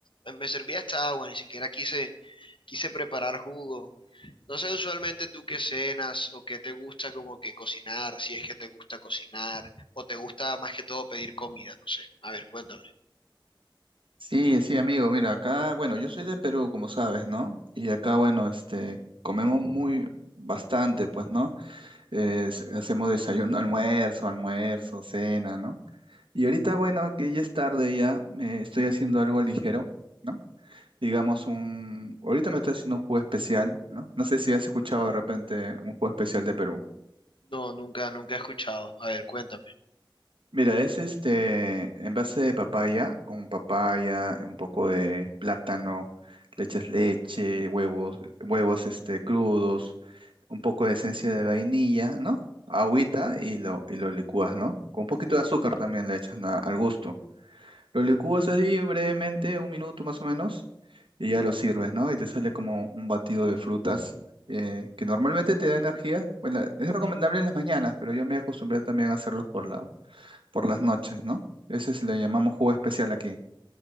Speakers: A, on the left; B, on the right.
A: me, me servía hasta agua, ni siquiera quise, quise preparar jugo. No sé usualmente tú qué cenas o qué te gusta como que cocinar, si es que te gusta cocinar o te gusta más que todo pedir comida, no sé. A ver, cuéntame.
B: Sí, sí, amigo, mira, acá, bueno, yo soy de Perú, como sabes, ¿no? Y acá, bueno, este, comemos muy bastante, pues, ¿no? Eh, s- hacemos desayuno, <laughs> almuerzo, almuerzo, cena, ¿no? Y ahorita, bueno, que ya es tarde ya, me estoy haciendo algo ligero, ¿no? Digamos un, ahorita me estoy haciendo un jugo especial, ¿no? No sé si has escuchado de repente un jugo especial de Perú.
A: No, nunca, nunca he escuchado. A ver, cuéntame.
B: Mira, es este envase de papaya, con papaya, un poco de plátano, le echas leche, huevos, huevos este, crudos, un poco de esencia de vainilla, ¿no? Agüita y lo, y lo licúas, ¿no? Con un poquito de azúcar también le echas na- al gusto. Lo licúas así brevemente, un minuto más o menos, y ya lo sirves, ¿no? Y te sale como un batido de frutas, eh, que normalmente te da energía. Bueno, es recomendable en las mañanas, pero yo me acostumbré también a hacerlos por la por las noches, ¿no? Ese es- le llamamos jugo especial aquí.